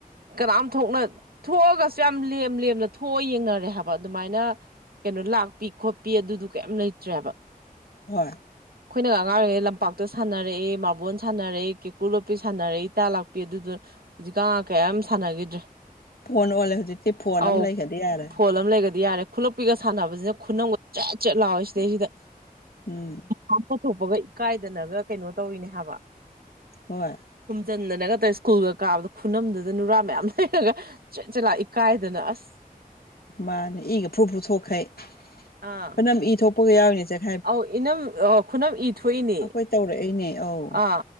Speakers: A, on the right; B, on the left.
A: ꯀꯅꯥꯝ ꯊꯣꯛꯅ ꯊꯣꯛꯑꯒ ꯌꯥꯝ ꯂꯦꯝ ꯂꯦꯝꯅ ꯊꯣꯛꯑ ꯌꯦꯡꯅꯔꯦ ꯍꯥꯏꯕ ꯑꯗꯨꯃꯥꯏꯅ ꯀꯩꯅꯣ ꯂꯥꯛꯄꯤ ꯈꯣꯠꯄꯤ ꯑꯗꯨꯗꯨ ꯀꯩꯌꯥꯝ ꯂꯩꯇ꯭ꯔꯦ ꯍꯥꯏꯕ
B: ꯍꯣꯏ
A: ꯑꯩꯈꯣꯏꯅꯒ ꯑꯉꯥꯡ ꯑꯣꯏꯔꯤꯉꯩ ꯂꯝꯄꯥꯛꯇ ꯁꯥꯟꯅꯔꯛꯑꯦ ꯃꯥꯔꯕꯣꯟ ꯁꯥꯟꯅꯔꯛꯑꯦ ꯀꯦꯀꯨ ꯂꯣꯞꯄꯤ ꯁꯥꯟꯅꯔꯛꯏ ꯏꯇꯥ ꯂꯥꯛꯄꯤ ꯑꯗꯨꯗꯨ ꯍꯧꯖꯤꯛ ꯀꯥ ꯀꯌꯥꯝ ꯁꯥꯟꯅꯈꯤꯗ꯭ꯔꯦ꯫
B: ꯄꯨꯡꯟ ꯑꫭꯟ ꯑꯣꯜꯂꯦ ꯍꯧꯖꯤꯛꯇꯤ ꯐꯣꯟ
A: ꯑꯧ
B: ꯑꯃ ꯂꯩꯈꯔꯗꯤ ꯌꯥꯔꯦ꯫
A: ꯐꯣꯟ ꯂꯩꯒꯗꯤ ꯌꯥꯔꯦ ꯈꯨꯜꯂꯛꯄꯤꯒ ꯁꯥꯟꯅꯕꯁꯤꯅ ꯈꯨꯅꯝꯒ ꯆꯦꯠ ꯆꯦꯠ ꯂꯥꯎꯋꯦ ꯁꯤꯗꯩꯁꯤꯗ
B: ꯎꯝ
A: ꯍꯥꯞꯄꯊꯣꯛꯄꯒ <unintelligible> ꯏꯀꯥꯏꯗꯅꯒ ꯀꯩꯅꯣ ꯇꯧꯔꯤꯅꯦ ꯍꯥꯏꯕ꯫
B: ꯍꯣꯏ꯫
A: ꯈꯨꯝꯖꯤꯟꯗꯅꯒꯇꯧꯏ ꯁ꯭ꯀꯨꯜꯒ ꯀꯥꯕꯗ ꯈꯨꯅꯝꯗꯨꯗ ꯅꯨꯔꯥ ꯃꯌꯥꯝ ꯂꯩꯔꯒ꯫ ꯆꯠ ꯆꯠꯂꯥꯛ ꯏꯀꯥꯏꯗꯅ ꯑꯁ
B: ꯃꯥꯅꯦ ꯏꯒ ꯐ꯭ꯔꯨ ꯐ꯭ꯔꯨ ꯊꯣꯛꯈꯩ ꯈꯨꯈꯣꯏꯅꯝ
A: ꯑꯥ
B: ꯏ ꯊꯣꯛꯄꯒ ꯌꯥꯎꯔꯤꯅꯤ ꯁ‌ꯦ
A: ꯑꯧ ꯏꯅꯝ ꯑꯥ ꯈꯨꯅꯝ ꯏ ꯊꯣꯛꯏꯅꯦ
B: ꯑꯩꯈꯣꯏ ꯇꯧꯔꯛꯏꯅꯦ ꯑꯧ
A: ꯑꯥ